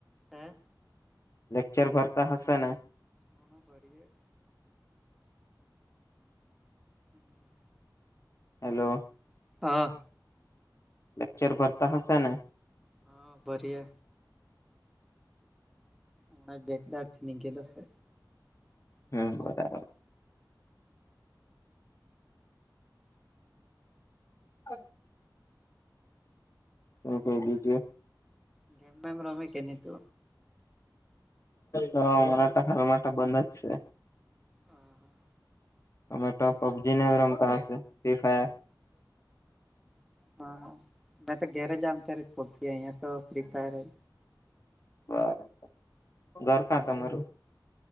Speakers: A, in the centre; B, on the left (about 45°).
A: હે
B: લેક્ચર ભરતા હશેને
A: હા હા ભરીયે હમ
B: હેલો
A: હા
B: લેક્ચર ભરતા હશે ને
A: હા ભરીએ અમના બેક દાડથી ની ગેલો સે
B: હમ બરા <unintelligible> હું કે બીજું
A: ગેમ મેમ રમે કે ની તું?
B: તોરાટ હમણાં તો બન જ છેે
A: હા હા
B: તમે તો પબજી ને રમતા હશે ફ્રી ફાયર
A: હા મેં તો ઘરે જામ ત્યારે પબજી તો ફ્રી ફાયર હૈ.
B: બરાબર ઘરકા
A: મારા
B: તમારું?